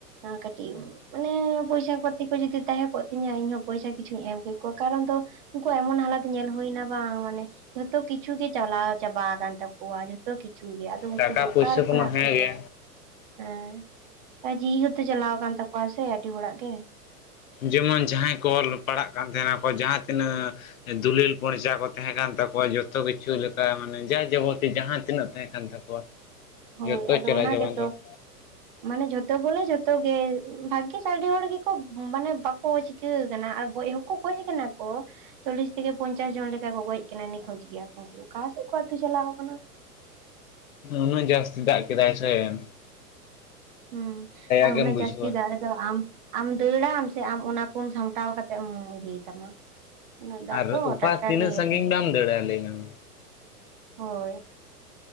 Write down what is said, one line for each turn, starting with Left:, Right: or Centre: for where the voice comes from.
Right: ᱠᱟᱹᱴᱤᱡ ᱢᱟᱱᱮ ᱯᱚᱭᱥᱟ ᱯᱟᱛᱤ ᱠᱚ ᱡᱩᱫᱤ ᱛᱟᱦᱮᱸ ᱠᱚᱜ ᱛᱤᱧᱟᱹ ᱤᱧ ᱦᱚ ᱯᱚᱭᱥᱟ ᱠᱤᱪᱷᱩᱧ ᱮᱢ ᱠᱮ ᱠᱚᱣᱟ ᱾ ᱠᱟᱨᱚᱱ ᱫᱚ ᱩᱝᱠᱩ ᱮᱢᱚᱱ ᱦᱟᱞᱚᱛ ᱧᱮᱞ ᱦᱩᱭᱱᱟ ᱵᱟᱝ ᱢᱟᱱᱮ ᱡᱷᱚᱛᱚ ᱠᱤᱪᱷᱩ ᱜᱮ ᱪᱟᱞᱟᱣ ᱪᱟᱵᱟ ᱟᱠᱟᱱ ᱛᱟᱠᱚᱣᱟ ᱡᱷᱚᱛᱚ ᱠᱤᱪᱷᱩ ᱜᱮ, ᱟᱫᱚ ᱩᱝᱠᱩ
Left: ᱴᱟᱠᱟ
Right: ᱫᱚ
Left: ᱯᱩᱭᱥᱟᱹ
Right: ᱚᱠᱟ ᱨᱮ
Left: ᱠᱚᱢᱟ
Right: ᱠᱷᱚᱱᱟᱜ
Left: ᱦᱮᱸᱜᱮ
Right: ᱠᱚ ᱡᱚᱢᱟ? ᱦᱮᱸ, ᱟᱨ ᱡᱤᱣᱤ ᱦᱚᱸᱛᱚ ᱪᱟᱞᱟᱣ ᱟᱠᱟᱱ ᱛᱟᱠᱚᱣᱟ ᱥᱮ ᱟᱹᱰᱤ ᱦᱚᱲᱟᱜ ᱜᱮ ᱾
Left: ᱡᱮᱢᱚᱱ ᱡᱟᱦᱟᱸᱭ ᱠᱚ ᱚᱞ ᱯᱟᱲᱦᱟᱜ ᱠᱟᱱ ᱛᱟᱦᱮᱱᱟᱠᱚ ᱡᱟᱦᱟᱸ ᱛᱤᱱᱟᱹᱜ ᱫᱩᱞᱤᱞ ᱯᱚᱨᱪᱟ ᱠᱚ ᱛᱟᱦᱮᱸ ᱠᱟᱱ ᱛᱟᱠᱚᱣᱟ ᱡᱚᱛᱚ ᱠᱤᱪᱷᱩ ᱞᱮᱠᱟ ᱢᱟᱱᱮ ᱡᱟ ᱡᱟᱵᱚᱛᱤ ᱡᱟᱦᱟᱸ ᱛᱤᱱᱟᱹᱜ ᱛᱟᱦᱮᱸ ᱠᱟᱱ ᱛᱟᱠᱚᱣᱟ
Right: ᱦᱳᱭ
Left: ᱡᱚᱛᱚ
Right: ᱟᱫᱚ
Left: ᱪᱟᱞᱟᱣ
Right: ᱚᱱᱟ
Left: ᱪᱟᱵᱟᱭᱮᱱ
Right: ᱜᱮᱛᱚ
Left: ᱫᱚ ᱾
Right: ᱢᱟᱱᱮ ᱡᱷᱚᱛᱚ ᱵᱚᱞᱮ ᱡᱷᱚᱛᱚ ᱜᱮ ᱵᱷᱟᱜᱜᱤᱥ ᱟᱹᱰᱤ ᱦᱚᱲ ᱜᱮᱠᱚ ᱢᱟᱱᱮ ᱵᱟᱠᱚ ᱪᱤ ᱪᱤᱠᱟᱹ ᱟᱠᱟᱱ ᱟᱨ ᱜᱚᱡ ᱦᱚᱸᱠᱚ ᱜᱚᱡ ᱟᱠᱟᱱᱟ ᱠᱚ, ᱪᱚᱞᱞᱤᱥ ᱛᱷᱮᱠᱮ ᱯᱚᱧᱪᱟᱥ ᱡᱚᱱ ᱞᱮᱠᱟ ᱠᱚ ᱜᱚᱡ ᱟᱠᱟᱱᱟ ᱱᱤᱠᱷᱚᱡᱽ ᱜᱮᱭᱟ ᱠᱚ ᱩᱱᱠᱩ ᱫᱚ ᱟᱠᱟ ᱥᱮᱫ ᱠᱚ ᱟᱹᱛᱩ ᱪᱟᱞᱟᱣ ᱠᱟᱱᱟ?
Left: ᱩᱱᱟᱹᱜ ᱡᱟᱹᱥᱛᱤ ᱫᱟᱜ ᱠᱮᱫᱟᱭ ᱥᱮ ᱾
Right: ᱦᱩᱸ, ᱟᱨ
Left: ᱜᱮᱢ
Right: ᱩᱹᱱᱟᱹᱜ
Left: ᱵᱩᱡᱷᱟᱹᱣᱟ
Right: ᱡᱟᱹᱥᱛᱤ ᱫᱟᱜ ᱨᱮ ᱟᱫᱚ ᱟᱢ ᱟᱢ ᱫᱟᱹᱲ ᱟᱢ ᱥᱮ ᱟᱢ ᱚᱱᱟ ᱠᱚᱢ ᱥᱟᱢᱴᱟᱣ ᱠᱟᱛᱮ ᱮᱢ ᱤᱭᱟᱹᱭ ᱛᱟᱢᱟ? ᱩᱱᱟᱹᱜ ᱫᱟᱜ
Left: ᱟᱨ
Right: ᱫᱚ
Left: ᱚᱠᱟ
Right: ᱴᱟᱴᱠᱟ
Left: ᱛᱤᱱᱟᱹᱜ
Right: ᱜᱮ ᱦᱮᱡ
Left: ᱥᱟᱺᱜᱤᱧ
Right: ᱮᱱᱟ
Left: ᱵᱟᱢ ᱫᱟᱹᱲᱟ ᱞᱟᱹᱭ ᱢᱮ ᱢᱟ
Right: ᱦᱳᱭ ᱾